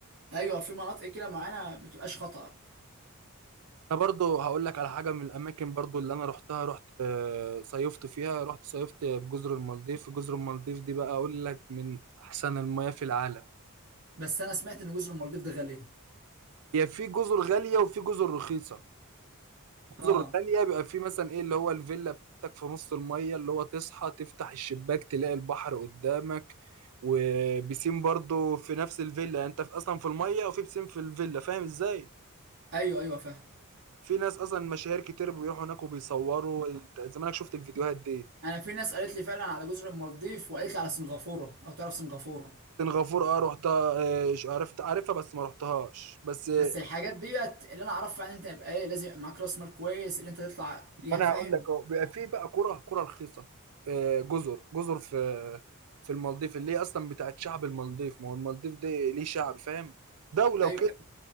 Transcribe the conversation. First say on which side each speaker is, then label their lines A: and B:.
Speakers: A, on the right (about 60°); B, on the right (about 80°).
A: ايوه في مناطق كده معينه ما بتبقاش خطر
B: انا برضو هقول لك على حاجه من الاماكن برضو اللي انا رحتها رحت آه، صيفت فيها رحت صيفت في جزر المالديف جزر المالديف دي بقى اقول لك من احسن المياه في العالم
A: بس انا سمعت ان جزر المالديف ده غاليه
B: هي في جزر غاليه وفي جزر رخيصه جزر
A: اه
B: غاليه بيبقى في مثلا ايه اللي هو الفيلا بتاعتك في نص المية اللي هو تصحى تفتح الشباك تلاقي البحر قدامك وبيسين برضو في نفس الفيلا يعني انت في اصلا في المية وفي بيسين في الفيلا فاهم ازاي
A: ايوه ايوه فاهم
B: في ناس اصلا مشاهير كتير بيروحوا هناك وبيصوروا الت- زمانك شفت الفيديوهات دي
A: انا في ناس قالت لي فعلا على جزر المالديف وقالت لي على سنغافوره لو تعرف سنغافوره
B: سنغافورة اه رحتها آه، ش- عرفت عارفها بس ما رحتهاش بس آه،
A: بس الحاجات ديت اللي انا اعرفها ان انت يبقى ايه لازم يبقى معاك راس مال كويس اللي انت تطلع ليها
B: انا
A: فاهم
B: هقول لك اهو بيبقى في بقى كرة كرة رخيصة آه، جزر جزر في في المالديف اللي هي اصلا بتاعت شعب المالديف ما هو المالديف دي ليه شعب فاهم دولة
A: ايوه
B: وكده